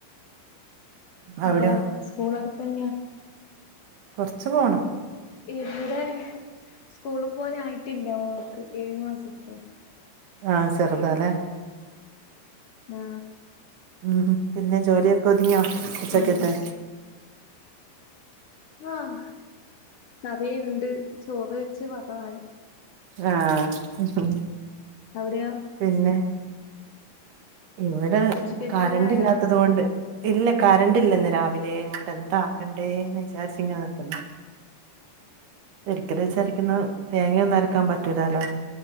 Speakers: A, on the right (about 70°); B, on the left (about 60°).
A: അവിടെയോ
B: അതെയാ സ്കൂള് അട്ത്തെന്നെയാ
A: കൊറച്ച് പോണം
B: ഇവിടെ സ്കൂള്പുവാൻ ആയിട്ടില്ലഓവർക്ക് ഏഴു മാസത്തെ
A: ആഹ് ചെറ്താല്ലെ
B: നാ
A: ഉം പിന്നെ ജോലിയൊക്കെ ഒതുങ്ങിയാേ ഉച്ചക്കത്തെ
B: പിന്നെ ആഹ് കറിയ്ണ്ട് ചോറ് വെച്ച് വാകമായി
A: ആഹ്
B: അവ്ടെയാേ
A: പിന്നെ ഇവടെ
B: ഉച്ചക്കൊക്കെല്ലായോ
A: കറണ്ട് ഇല്ലാത്തത് കൊണ്ട് ഇല്ല കറണ്ട് ഇല്ല ഇന്ന് രാവിലെ ആവോണ്ട് എന്താ ആക്കണ്ടേന്ന് വിചാരിച്ച് ഇങ്ങനെ നിക്ക്ന്ന് ഒരിക്കലും വിചാരിക്ക്ന്ന തേങ്ങയൊന്നും അരക്കാംപറ്റൂലാല്ലോ